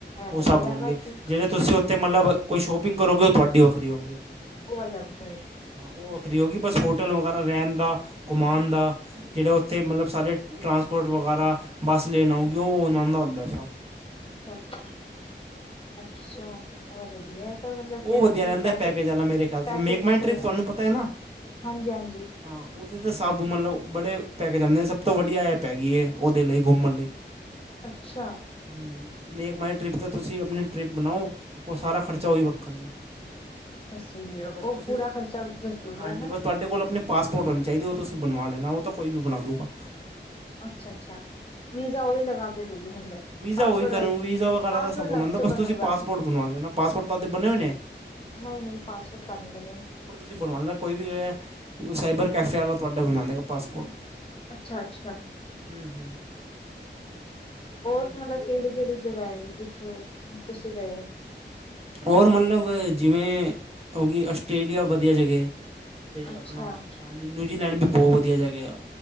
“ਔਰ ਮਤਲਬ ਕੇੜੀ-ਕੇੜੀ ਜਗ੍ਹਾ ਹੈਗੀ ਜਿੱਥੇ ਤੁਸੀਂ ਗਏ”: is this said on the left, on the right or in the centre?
Left